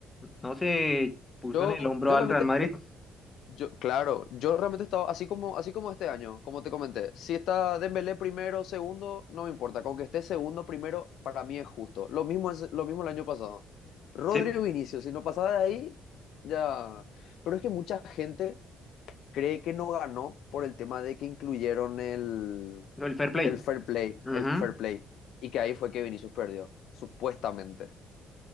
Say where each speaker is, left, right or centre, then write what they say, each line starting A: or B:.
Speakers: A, on the left (about 20°); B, on the left (about 75°).
A: No se puso
B: Yo,
A: en el hombro
B: yo
A: al
B: realmente,
A: Real Madrid.
B: yo, claro, yo realmente estaba así como, así como este año, como te comenté. Si está Dembélé primero, segundo, no me importa. Con que esté segundo, primero, para mí es justo. Lo mismo es, lo mismo el año pasado. Rodrigo
A: Sí,
B: Vinicius, si no pasaba de ahí, ya. Pero es que mucha gente cree que no ganó por el tema de que incluyeron el,
A: lo del fair play.
B: el fair play,
A: Ujú.
B: el fair play. Y que ahí fue que Vinicius perdió, supuestamente.